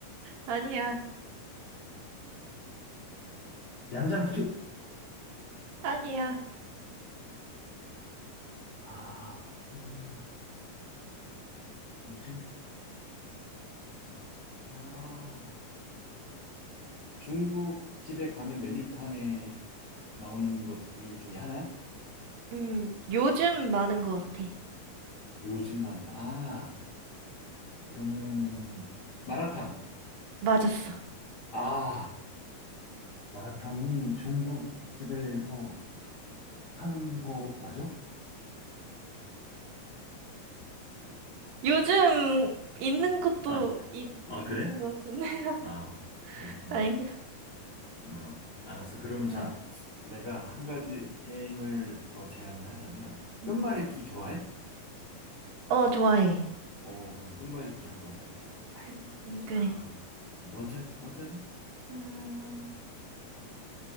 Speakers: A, on the right; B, on the left.
A: 아니야.
B: 양장피.
A: 아니야.
B: 아, 그럼 뭐지? 아, 중국 집에 가면 메뉴판에 나오는 것들 중에 하나야?
A: 음, 요즘 많은 것 같아.
B: 요즘 많다. 아, 그러면은 마라탕.
A: 맞았어.
B: 아, 마라탕이 중국 집에서 하는 거 맞아?
A: 요즘 있는 것도
B: 아,
A: 있,
B: 아, 그래?
A: 있는 것 같은데. <laughs>
B: 아, 그렇구나.
A: 아닌가?
B: 어, 알았어. 그러면
A: 응
B: 자, 내가 한 가지 게임을 더 제안을 하자면 끝말잇기
A: 음.
B: 좋아해?
A: 어, 좋아해.
B: 오, 그럼 끝말 잇기 한번 해보자.
A: 음, 음, 그래.
B: 음, 먼저 해, 먼저 해.
A: 음,